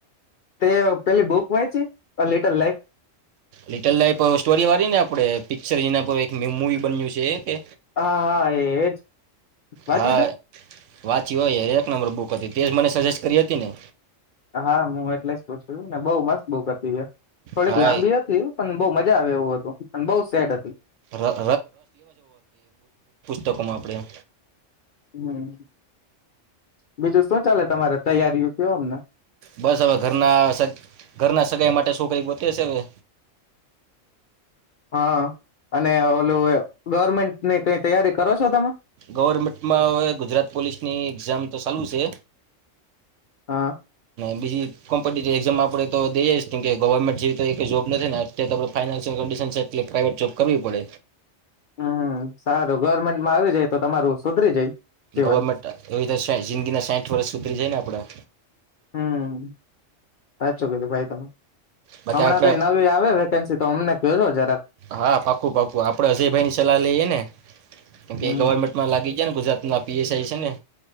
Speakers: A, on the left; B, on the right.
A: તે પેલી બુક વાંચી little life
B: little life story વાળી ને આપડે પિક્ચર જેના પર એક મુવી બન્યું કે છે.
A: હા, હા એજ વાંચી
B: હા
A: તે?
B: વાંચી હોય એક નંબર બુક હતી તેજ મને સજેસ્ટ કરી હતી ને.
A: હા હું એટલે જ પૂછું ને બઉુ મસ્ત બુક હતી હ થોડીક
B: હા
A: લાંબી
B: એ
A: હતી પણ બહુ મજા આવે એવું હતું અને બહ સેડ હતી.
B: ર- તોકોમાં આપણે આ
A: હમ્મ બીજું શું ચાલે તમારે તૈયારીઓ કેવ અમને
B: બસ હવે ઘરના સ ઘરના સગાઈ માટે છોકરી ગોત્યે સે હવે
A: હા, અને ઓલું ગવર્મેન્ટની કઈ તૈયારી કરો છો તમે?
B: ગવર્મેન્ટમાં હવે ગુજરાત પોલીસની એક્ઝામ તો ચાલુ સે.
A: હા.
B: બીજી કોમ્પિટિવ એક્ઝામ આપે તો દઈએ કે ગવર્મેન્ટ જેવી એક જોબ નથી ને અત્યારે તો આપણે ફાઈનાન્શિયલ કન્ડિશન છે એટલે પ્રાાઈવેટ જોબ કરવી પડે.
A: હમ સારું ગવર્મેન્ટમાં આવી જાય તો તમારું સુધરી જાય. જીવન
B: ગવર્મેન્ટ એવી જિંદગી ના સાહીઠ વર્ષ સુધરી જાય ને આપડે.
A: હમ, સાચું કીધું ભાઈ તો
B: બાકી
A: હમણાં
B: આપણે
A: કઈ નવી આવે તો અમને કો જરા.
B: હા પાાકું પાાકું આપડે અજય ભાઈ ની સલાહ લઈએ ને કે
A: હમ
B: ગવર્મેન્ટમાં લાગી ગ્યા ને ગુજરાત ના પીએસઆઈ છે ને.